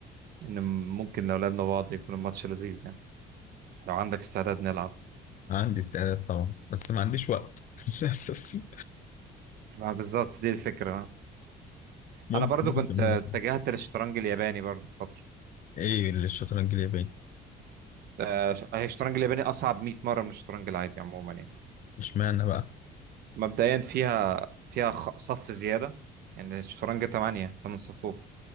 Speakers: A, on the right; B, on the left.
A: ان ممكن لو لعبنا بعض يكون الماتش لذيذ يعني لو عندك استعداد نلعب
B: عندي استعداد طبعا بس ما عنديش وقت <laughs> للاسف
A: ما بالظبط دي الفكره
B: ممكن
A: انا برضو
B: ممكن
A: كنت آه،
B: أنا.
A: اتجهت للشطرنج الياباني برضو في فتره
B: ايه اللي الشطرنج الياباني
A: آه، ش- هي الشطرنج الياباني اصعب 100 مره من الشطرنج العادي عموما يعني
B: اشمعنى بقى
A: مبدئيا فيها فيها خ- صف زياده يعني الشطرنج 8 8 صفوف